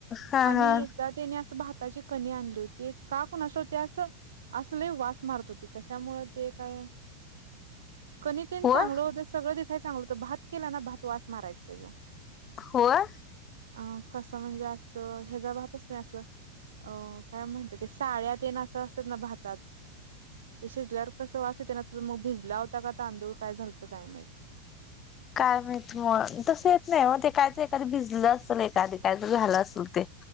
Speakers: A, on the left (about 25°); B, on the right (about 65°).
A: हा
B: आणि
A: हा
B: त्यात तेनी असं भाताची कणी आणली होतीत, का कोणास ठाऊक ते असं अस लई वास मारत होती कशामुळे ते काय कनि तेन
A: होय
B: चांगलं होतं, सगळं दिसाय चांगलं होतं, भात केला ना भात वास मारायचा तेजा
A: <unintelligible> होय.
B: अ कसं म्हणजे असं, हेजा भात असतंय असं अ काय म्हणत्या ते साळ्या तेन असं असत्यात ना भातात ते शिजल्यावर कसं वास येतंय ना, मग भिजला होता का तांदूळ काय झालतं काय माहित <inaudible>
A: काय माहित म तसं येत नाही ओ ते काय ते एखादं भिजलं असेल एखाद काय तर झालं असल ते